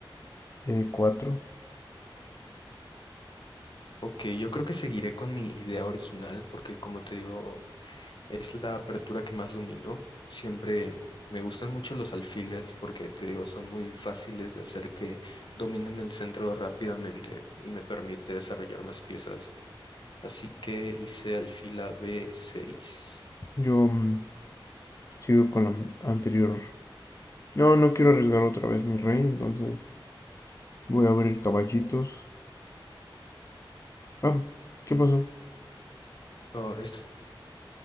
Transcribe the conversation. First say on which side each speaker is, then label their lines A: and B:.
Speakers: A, on the left; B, on the left.
A: E4.
B: Ok, yo creo que seguiré con mi idea original porque, como te digo, es la apertura que más domino. Siempre me gustan mucho los alfiles porque, te digo, son muy fáciles de hacer que dominen el centro rápidamente y me permite desarrollar más piezas. Así que hice alfil a B6.
A: Yo mm, sigo con la anterior. No, no quiero arriesgar otra vez mi rey, entonces voy a abrir caballitos. Ah, ¿qué pasó?
B: Oh, esto